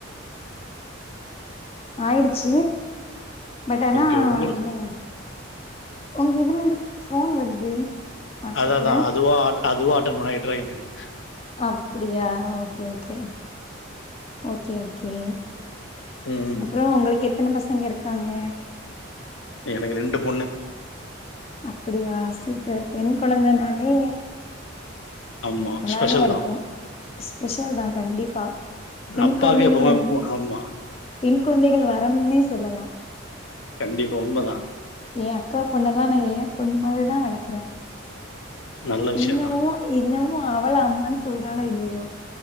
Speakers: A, on the left (about 30°); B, on the left (about 65°).
A: ஆயிடுச்சு பட் ஆனா
B: ஓகே உங்கள்
A: இன்னு உங்க இதுல இருந்து ஃபோன் வருது வாட்ஸ்அப்ல
B: அதாதா அதுவா ஆட் அதுவா அட்டன் மைட் ராயிட்ருக்கு
A: அப்பிடியா ஓகே ஓகே ஓகே ஓகே
B: ம் ம்.
A: அப்புரோ உங்களுக்கு எப் த்தன பசங்க இருக்காங்க
B: எனக்கு ரெண்டு பொண்ணு
A: அப்படியா சூப்பர் பெண் கொழந்த நாலே
B: ஆமாம்
A: நல்லாதா
B: ஸ்பெஷல்
A: இருக்கும்
B: தான்
A: ஸ்பெஷல் தான் கண்டிப்பா பெண்
B: அப்பாவுக்கு
A: கொழந்தைகள்
B: எப்பவுமே
A: வந்து
B: ஆமாம்
A: பெண் குழந்தைகள் வரம்னே சொல்லலா
B: கண்டிப்பா உண்மதா
A: ய அக்கா பொண்ணல்லாம் நா யேன் பொண்ணுமா மாரிதா வளக்கறே
B: நல்ல விஷயம்
A: இன்னமு
B: தான்
A: இன்னும் ஒ அவள அம்மான் சொல்றாளோ இல்லயோ